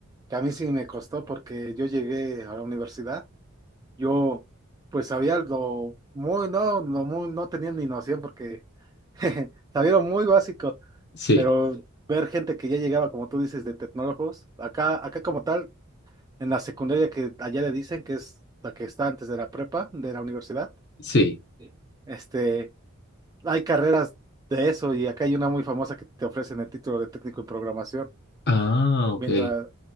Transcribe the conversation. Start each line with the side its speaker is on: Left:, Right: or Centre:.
Right: que a mí sí me costó porque yo llegué a la universidad. Yo, pues sabía lo muy, no, no, muy, no tenía ni noción porque <laughs> sabía lo muy básico.
Left: sí,
Right: pero ver gente que ya llegaba, como tú dices, de tecnólogos, acá, acá como tal, en la secundaria que allá le dicen, que es la que está antes de la prepa, de la universidad,
Left: sí.
Right: Sí. este, hay carreras de eso y acá hay una muy famosa que te ofrecen el título de técnico en programación,
Left: Ah, ok.
Right: mientras,